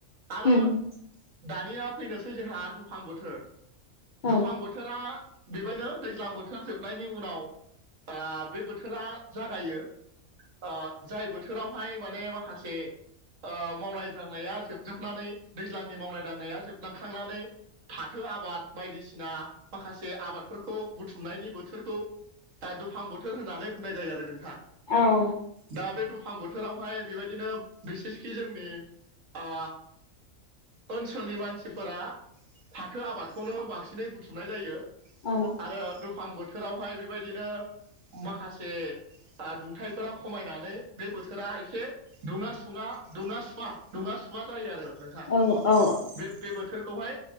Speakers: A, on the right; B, on the left.
A: आरो
B: उम
A: दानिया फैनोसै जोंहा दुफां बोथोर
B: औ
A: दुफां बोथोर थोरा बेबायनो दैज्लां बोथोर जोबनायनि उनाव आ बे बोथोरा जागायो। आ जाय बोथोरावहाय माने माखासे आ मावनाय दांनाया जोबजोबनानै दैज्लांनि मावनाय दांनाया जोबनाखांनानै फाथो आबाद बायदिसिना माखासे आबादफोरखौ बुथुमनायनि बोथोरखौ दा दुफां बोथोर होननानै बुंनाय जायो आरो नोंथां।
B: औ।
A: दा बे दुफां बोथोरावहाय बेबायदिनो बिसेसखि जोंनि आ ओनसोलनि मानसिफोरा फाथो आबादखौनो बांसिनै बुथुमनाय जायो।
B: औ।
A: आरो दुफां बोथोरावहाय बेबायदिनो माखासे आ दुंथाइफोरा खमायनानै बे बोथोरा एसे दुङा सुङा दुङा सुवा दुङा सुवा जायो आरो नोंथां
B: औ औ
A: बे बे बोथोरखौहाय